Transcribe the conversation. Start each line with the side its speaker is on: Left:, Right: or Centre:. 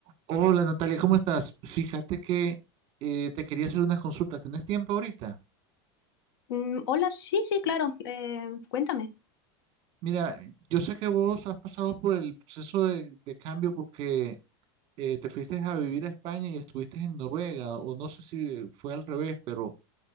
Right: Hola Natalia, ¿cómo estás? Fíjate que eh, te quería hacer unas consultas. ¿Tenés tiempo ahorita?
Left: Mm, hola, sí, sí, claro. Eh, cuéntame.
Right: Mira, yo sé que vos has pasado por el proceso de, de cambio porque eh, te fuiste a vivir a España y estuviste en Noruega, o no sé si fue al revés, pero